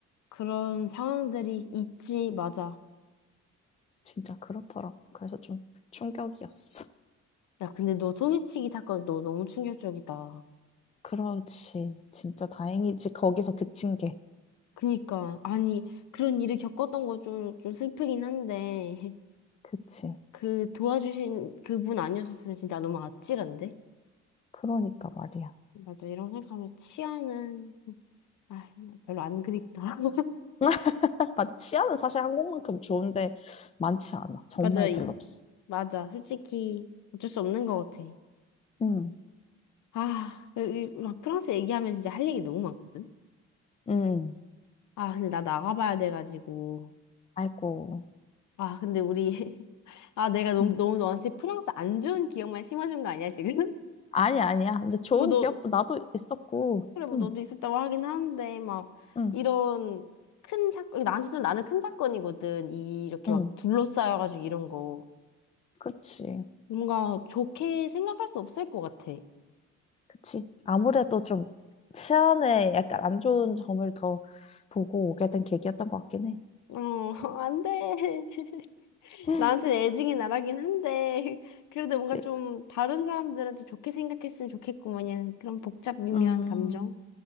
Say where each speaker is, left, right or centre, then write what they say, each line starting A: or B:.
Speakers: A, on the left; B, on the left.
A: 그런 상황들이 있지, 맞아.
B: 진짜 그렇더라고. 그래서 좀 충격이었어. <laughs>
A: 야, 근데 너 소매치기 사건 너 너무 충격적이다.
B: 그렇지. 진짜 다행이지. 거기서 그친 게.
A: 그니까, 아니, 그런 일을 겪었던 거 좀, 좀 슬프긴 한데, <laughs>
B: 그치.
A: 그 도와주신 그분 아니었었으면 진짜 너무 아찔한데?
B: 그러니까 말이야.
A: 맞아, 이런 생각하면 치아는, 아, 진짜 별로 안 그립다. <laughs>
B: <laughs> 맞아. 치안은 사실 한국만큼 좋은데 많지 않아. 정말
A: 맞아, 이,
B: 별로 없어.
A: 맞아. 솔직히 어쩔 수 없는 것 같아.
B: 응,
A: 아, 이- 막 프랑스 얘기하면 진짜 할 얘기 너무 많거든?
B: 응.
A: 아, 근데 나 나가봐야 돼가지고.
B: 아이고.
A: 아, 근데 우리, <laughs> 아, 내가 너무,
B: 응.
A: 너무 너한테 프랑스 안 좋은 기억만 심어준 거 아니야, 지금? <laughs>
B: 아니, 아니야. 근데 좋은
A: 뭐 너,
B: 기억도 나도 있었고.
A: 그래, 뭐
B: 응,
A: 너도 있었다고 하긴 하는데, 막,
B: 응,
A: 이런 큰 사건, 나한테 좀 나는 큰 사건이거든. 이, 이렇게
B: 응.
A: 막 둘러싸여가지고 이런 거.
B: 그렇지.
A: 뭔가 좋게 생각할 수 없을 것 같아.
B: 그치. 아무래도 좀 치안에 약간 안 좋은 점을 더 보고 오게 된 계기였던 것 같긴 해.
A: 어, <laughs> 안 돼. <laughs>
B: <laughs>
A: 나한테는 애증이 나라긴 한데, <laughs> 그래도 뭔가
B: 그치.
A: 좀 다른 사람들은 좀 좋게 생각했으면 좋겠구만, 이런 그런 복잡 미묘한
B: 음,
A: 감정이